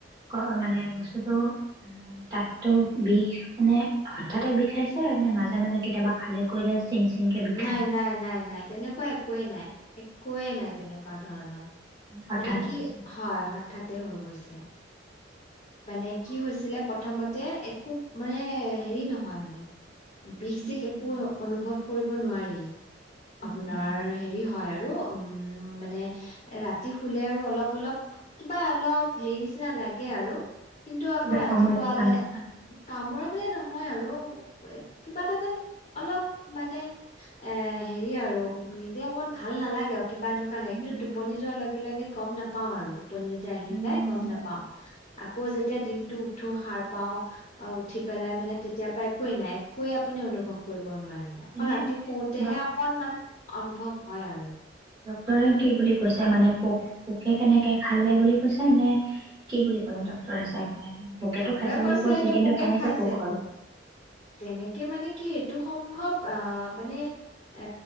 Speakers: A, on the right (about 25°); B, on the left (about 40°).
A: ক মানে বস্তুটো দাতটো বিষ মানে হঠাতে বিষাইছে নে মাজে মাজে কেতিয়াবা খালে কৰিলে চিং চিংকে বিষায়
B: নাই নাই নাই নাই তেনেকুৱা একোৱেই নাই একোৱে নাই তেনেকুৱা ধৰণৰ।
A: হঠাতে
B: মানে কি
A: হৈছে?
B: হয় হঠাতে হৈ গৈছে। মানে কি হৈছিলে প্ৰথমতে একো মানে হেৰি নহয় মানে বিষ
A: উম
B: চিখ একো অনুভৱ কৰিব নোৱাৰি।
A: উম
B: আপোনাৰ
A: উম উম
B: হেৰি হয় আৰু উম মানে ৰাতি শুলে আৰু অলপ অলপ কিবা অলপ হেৰি নিচিনা লাগে আৰু। কিন্তু
A: কিবা
B: আকৌ ৰাতিপুৱালে
A: কামুৰি থকা নিচিনা?
B: কামোৰাম মানে নহয় আৰু কিবা এটা যেন অলপ মানে এ হেৰি আৰু নিজে অকণ ভাল নালাগে আৰু কিবা এনেকুৱা লাগে,
A: উম,
B: কিন্তু
A: উম।
B: টোপনি যোৱাৰ লগে লগে গম নাপাও আৰু টোপনি যেতিয়া আহি
A: উম
B: যায় গম নাপাও। আকৌ যেতিয়া দিনটো উঠো সাৰ পাও অ উঠি পেলাই মানে তেতিয়াৰ পৰা একোৱে নাই একোৱে আপুনি অনুভৱ কৰিব নোৱাৰে। আকৌ
A: এনে
B: ৰাতি শুওতেহে
A: ডক
B: অকনমান অনুভৱ হয় আৰু।
A: টৰে কি বুলি কৈছে মানে পোক পোকে কেনেকে খালে বুলি কৈছে নে কি বুলি ক'লে ডক্টৰে চাই? পেলাই মানে পোকেটো
B: ডক্তৰে
A: খাইছে বুলি
B: কৈছে সেইটো
A: কিন্তু
B: পোকে
A: কেনেকে
B: খাইছে
A: পোক হ'ল।
B: তেনেকে মানে কি সেইটো সম্ভৱ অ মানে এ